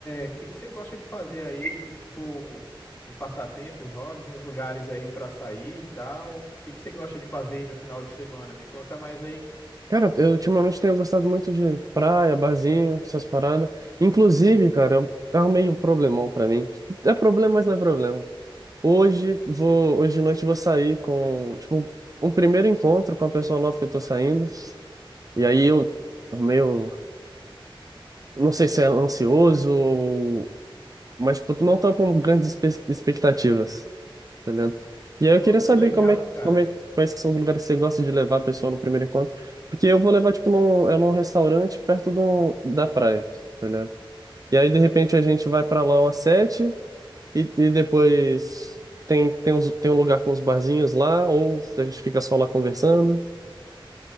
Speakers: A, on the left (about 20°); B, on the right (about 40°).
A: o que que você gosta de fazer aí? Tipo, em passatempos, hobbies, uns lugares aí pra sair e tal. O que que você gosta de fazer aí no final de semana? Me conta mais aí.
B: cara, eu ultimamente tenho gostado muito de praia, barzinho, essas paradas. Inclusive, cara, eu arrumei um problemão pra mim. É problema, mas não é problema. Hoje vou, hoje de noite eu vou sair com, tipo, um primeiro encontro com a pessoa nova que eu tô saindo. E aí eu meio, não sei se é ansioso ou, mas tipo, não tô com grandes espe- expectativas. tá ligado? E aí eu
A: Pô,
B: queria
A: que
B: saber
A: legal,
B: como é,
A: cara.
B: como é, quais que são os lugares que você gosta de levar a pessoa no primeiro encontro. Porque eu vou levar, tipo, num, é num restaurante perto de um- da praia, tá ligado? E aí, de repente, a gente vai pra lá umas sete e, e depois tem, tem, uns, tem um lugar com uns barzinhos lá, ou a gente fica só lá conversando.